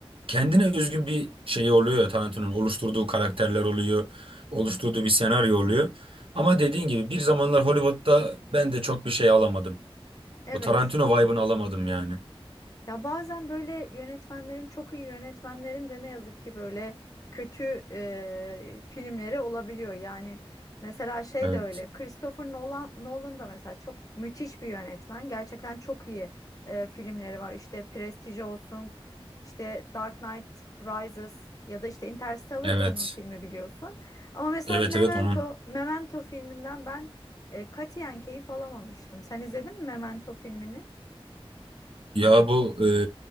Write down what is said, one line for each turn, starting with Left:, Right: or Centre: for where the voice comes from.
Right: kendine özgün bir şey oluyor ya Tarantino'nun oluşturduğu karakterler oluyor, oluşturduğu bir senaryo oluyor. Ama dediğin gibi bir zamanlar Hollywood'da ben de çok bir şey alamadım.
Left: Evet.
Right: O Tarantino vibe'ını alamadım yani.
Left: Ya bazen böyle yönetmenlerin çok iyi yönetmenlerin de ne yazık ki böyle kötü e, filmleri olabiliyor. Yani mesela şey
Right: Evet.
Left: de öyle. Christopher Nolan, Nolan da mesela çok müthiş bir yönetmen. Gerçekten çok iyi e, filmleri var. İşte Prestige olsun, işte Dark Knight Rises ya da işte Interstellar
Right: Evet.
Left: da onun filmi biliyorsun. Ama mesela
Right: Evet
Left: Memento,
Right: evet onun.
Left: Memento filminden ben e, katiyen keyif alamamıştım. Sen izledin mi Memento filmini?
Right: Ya bu e,